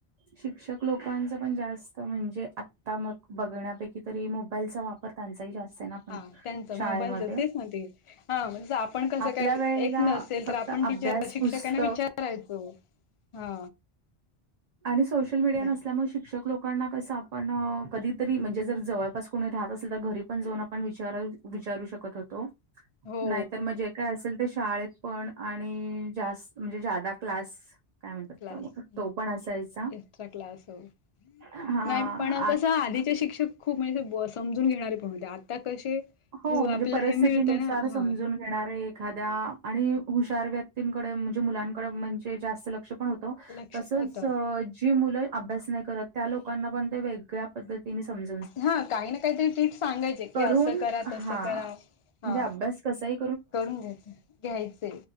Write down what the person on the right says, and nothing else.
शिक्षक लोकांच पण जास्त म्हणजे आता मग बघण्यापैकी तरी मोबाईलचा वापर त्यांचाही जास्त आहे ना पण
शाळेमध्ये.
आपल्या
वेळेला
फक्त
अभ्यास,
पुस्तक
आणि सोशल मीडिया
नस त्यामुळ शिक्षक लोकांना कस आपण अ कधीतरी म्हणजे जर जवळपास कोणी राहत असेल तर घरी पण जाऊन आपण विचार विचारू शकत होतो.
नायतर मग जे काय असेल ते शाळेत पण आणि जास् म्हणजे ज्यादा क्लास काय म्हणतात
तो
तो पण असायचा.
हां,
आत
हो म्हणजे
परिस्थितीनुसार
समजून घेणारे एखाद्या आणि हुशार व्यक्तीकडे म्हणजे मुलांकड म्हणजे जास्त लक्ष पण होत
तसच
अ जी मुलं अभ्यास नाय करत त्या लोकांना पण वेगळ्या पद्धतीने समज
करून
हा
म्हणजे अभ्यास कसही